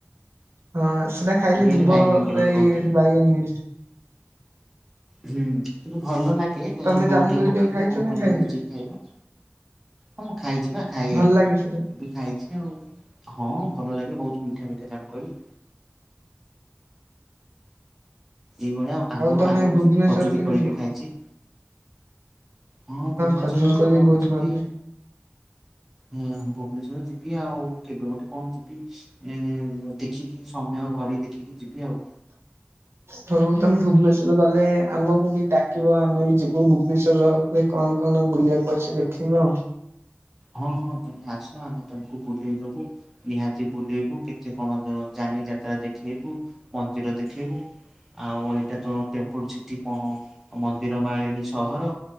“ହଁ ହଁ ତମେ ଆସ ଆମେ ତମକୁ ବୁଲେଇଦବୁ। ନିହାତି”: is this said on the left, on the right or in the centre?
Centre